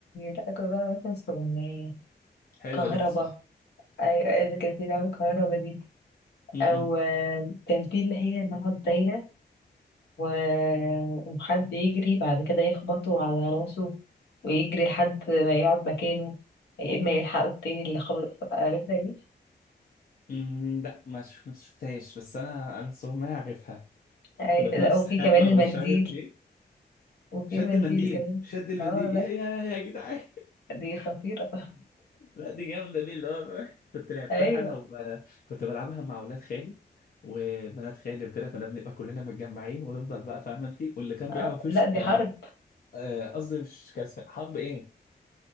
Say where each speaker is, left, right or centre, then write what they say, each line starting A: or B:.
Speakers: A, on the left (about 70°); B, on the left (about 50°).
A: لا كنت بقى مثلا استغنية
B: حلوه
A: كهربا
B: دي صح
A: أي- إذا كان في دعوة كهربا دي
B: امم
A: أو أم، كان في اللي هي إنها دايرة و- وحد يجري بعد كده يخبطه على راسه ويجري لحد ما يقعد مكانه ما يلحقه التاني اللي خبط عرفتها دي
B: امم لا ما ش- ما شفتهاش بس انا انا الصراحه ما اعرفها
A: أي-
B: كنا بنقعد
A: لا
B: نستخبى
A: وفي كمان
B: ومش
A: المنديل
B: عارف ايه
A: وفي
B: شد
A: المنديل
B: المنديل
A: كمان
B: شد المنديل
A: اه لا
B: يا يا يا جدعان
A: دي خطيرة <laughs>
B: لا دي جامدة دي اللي هو <laughs> كنت لعبتها
A: ايوه
B: أنا وب... كنت بلعبها مع ولاد خالي وبنات خالي وكده كنا بنبقى كلنا متجمعين ونفضل بقى فاهمة أنت واللي كان
A: اه
B: بيعرف يش
A: لا دي
B: يعني
A: حرب
B: آه، قصدي مش كان اسمها حرب إيه